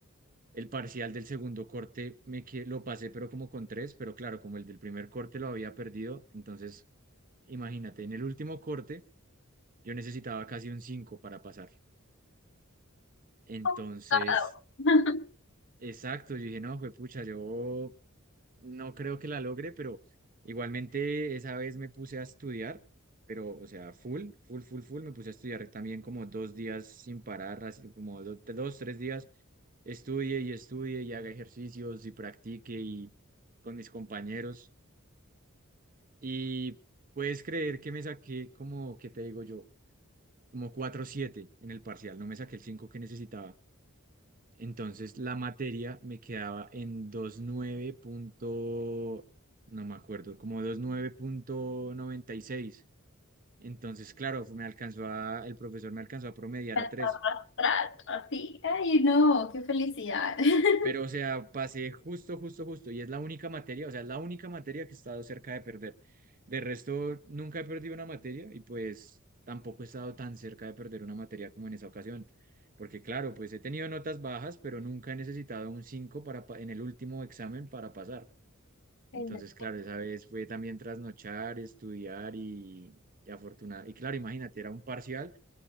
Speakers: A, on the right; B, on the left.
A: El parcial del segundo corte me que- lo pasé, pero como con tres, pero claro, como el del primer corte lo había perdido, entonces imagínate, en el último corte yo necesitaba casi un 5 para pasar. Entonces,
B: Complicado. <laughs>
A: exacto, yo dije, no, pues pucha, yo no creo que la logre, pero igualmente esa vez me puse a estudiar, pero, o sea, full, full, full, full, me puse a estudiar también como dos días sin parar, así como do- dos, tres días, estudie y estudie y haga ejercicios y practique y con mis compañeros. Y puedes creer que me saqué como, ¿qué te digo yo? Como cuatro siete en el parcial, no me saqué el 5 que necesitaba. Entonces la materia me quedaba en 29 punto, no me acuerdo, como veintinueve punto noventa y seis Entonces, claro, me alcanzó a- el profesor me alcanzó a promediar
B: arrastrar,
A: a tres
B: así. Ay, no, qué felicidad. <laughs>
A: Pero, o sea, pasé justo, justo, justo. Y es la única materia, o sea, es la única materia que he estado cerca de perder. De resto, nunca he perdido una materia y pues tampoco he estado tan cerca de perder una materia como en esa ocasión. Porque claro, pues he tenido notas bajas, pero nunca he necesitado un 5 para pa- en el último examen para pasar. Entonces,
B: En-
A: claro, esa vez fue también trasnochar, estudiar y, y afortuna- Y claro, imagínate, era un parcial